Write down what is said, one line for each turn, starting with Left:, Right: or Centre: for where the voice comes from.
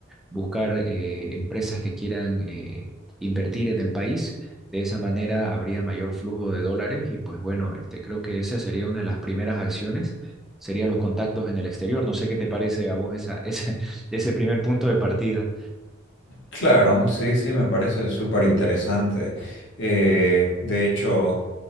Centre: buscar eh, empresas que quieran eh, invertir en el país. De esa manera habría mayor flujo de dólares y pues bueno, este, creo que esa sería una de las primeras acciones, serían los contactos en el exterior. No sé qué te parece a vos esa, esa- <laughs> ese primer punto de partida.
Left: Claro, sí, sí, me parece súper interesante. Eh, de hecho,